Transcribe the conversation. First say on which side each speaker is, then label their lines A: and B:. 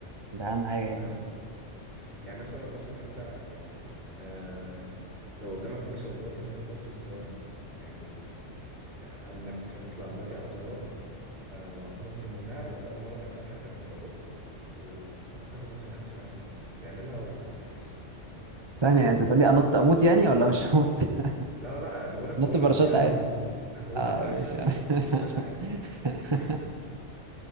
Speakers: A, on the right; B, on the right.
A: ده اهم حاجه
B: فاهم
A: يعني
B: يعني مثلا مثلا انت يعني آه لو قدامك فرصه دلوقتي ان انت تنط من طياره مثلا يعني قال لك هتطلع دلوقتي على طياره آه، وهتنط منها وانت اول مره تعملها في حياتك بباراشوت و- وهتاخد مثلا 50000 جنيه هتعملها ولا هتفكس
A: ثانية انت بتقول لي انط اموت يعني ولا مش هموت؟
B: لا لا لا
A: <laughs>
B: بقولك بباراشوت
A: انط باراشوت
B: يا عم
A: عادي
B: هموت هموتك
A: اه
B: ب 50000
A: ماشي
B: جنيه اكيد
A: <laughs>
B: لا يعني <laughs>